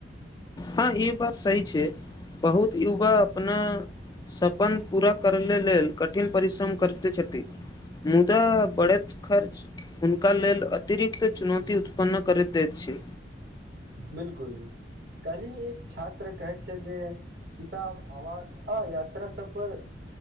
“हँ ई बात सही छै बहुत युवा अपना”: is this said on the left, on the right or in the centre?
Left